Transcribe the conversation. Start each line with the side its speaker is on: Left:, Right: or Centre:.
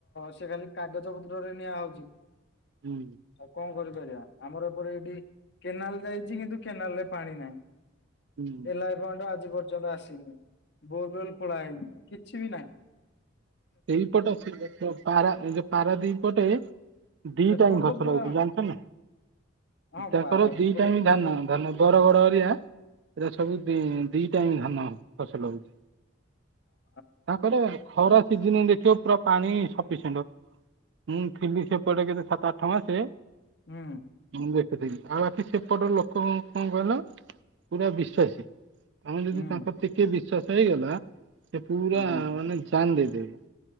Left: ସେ ଖାଲି କାଗଜ ପତ୍ରରେ ନିଆହଉଚି।
Right: ହୁଁ।
Left: ଆଉ କଣ କରିପାରିବା ଆମର ଏପଟେ ଏଇଠି କେନାଲ ଯାଇଚି କିନ୍ତୁ କେନାଲ ରେ ପାଣି ନାହିଁ।
Right: ହୁଁ
Left: ଏ ଲାଏ ବନ୍ଦ୍ ଆଜି ପର୍ଯ୍ୟନ୍ତ ଆସିନି। ବୋରୱଲ ପଳା ଆଇଚି କିଛି ବି ନାଇଁ।
Right: ଏଇ ପଟ ସେ ପା ପାରା ଯ ପାରା ଦିପଟେ ଦି
Left: ସେପଟେ
Right: ଟାଇମ ଫସଲ
Left: ତ ପୁରା
Right: ହଉଛି ଜାଣିଛ ନା
Left: ହଁ
Right: ତାଙ୍କର
Left: ପାରାଦୀପରେ
Right: ଦି ଟାଇମ
Left: ଦିଟା
Right: ଧାନ ଧାନ ରୁ ବର ଗଡ ହରିଆ ଏରା ସବୁ ଦି ଦି ଟାଇମ ଧାନ ଫସଲ ହଉଚି।
Left: ହଁ।
Right: ତାଙ୍କରେ ଖରା ସିଜିନ ଦେଖିବ ପୁରା ପାଣି ସପିସେଣ୍ଟ ଅ ମୁଁ ଥିଲି ସେପଟେ କେତେ ସାତ ଆଠ ମାସ
Left: ହୁଁ।
Right: ମୁଁ ଦେଖୁଥିଲି ଆଉ ବାକି ସେପଟ ଲୋକ କଣ କହିଲ ପୁରା ବିଶ୍ଵସୀ। ଆମେ ଯଦି
Left: ହୁଁ
Right: ତାଙ୍କର ଟିକଏ ବିଶ୍ସାସ ହେଇଗଲା ସେ ପୁରା
Left: ହୁଁ
Right: ମାନେ ଜାନ ଦେଇଦେବେ।